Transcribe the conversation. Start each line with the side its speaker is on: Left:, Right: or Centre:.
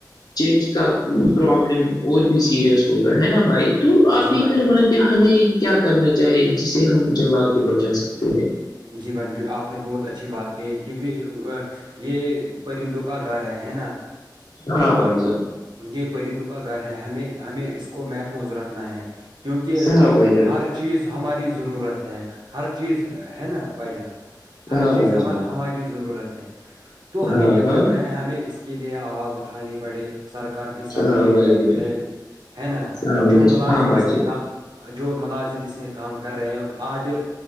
Left: چینج کا پرابلم اور بھی سیریس ہوگا ہے نا بھائی
Right: جان
Left: تو آپ
Right: جی بھائی
Left: ایک کہ مل ہمیں کیا کرنا چاہی جسے ہم جنگلات کو بچا سکتے ہیں
Right: جی بانجو آپ نے بہت اچھی بات کہ کیونکہ یہ پرندوں کا گھر ہے ہے نا
Left: ہاں بھائی جان
Right: یہ پرندوں کا گھر ہے ہمیں ہمیں اس کو محفوظ رکھنا ہے کیونکہ
Left: ہاں بھائی جان
Right: ہر چیز ہماری ضرورت ہے ہر چیز ہے نا بھائی جان ہر
Left: ہاں
Right: چیز
Left: بھائی
Right: ہم
Left: جان
Right: ہماری ضرورت ہے تو ہمیں
Left: ہاں
Right: کیا
Left: ہاں
Right: کرنا ہے ہمیں اس کے لیے آواز اٹھانی پڑے سرکار کے ساتھ
Left: ہاں
Right: اپیل
Left: بھائی
Right: کرنی
Left: جان
Right: چاہیے ہے نا
Left: ہاں
Right: جو ملازم
Left: بھائی
Right: اس
Left: جان
Right: میں کا جو ملازم اس میں کام کر رہے ہو آھے